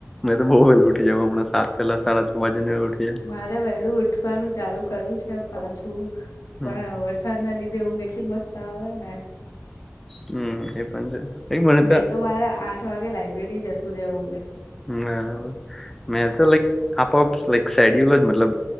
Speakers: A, in the centre; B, on the left.
A: તો બહુ વેલા ઉઠી જ હમણાં સાત પેલા સાડા છ વાે ઉઠી જ
B: મારે વહેલું ઉઠવાનું ચાલુ કરું છે પાછું
A: હમ
B: પણ સાના લીધે ઊંઘ એટલી મસ્ત આવે ને
A: હમ એ પણ છે એ મને
B: નહી તો મારે આઠ વાગે લાઈબ્રેરી જતું રહેવું હે
A: બરાબર મેં તો લાઈક આપઆપ લાઈક સેડ્યયુલ જ મતલબ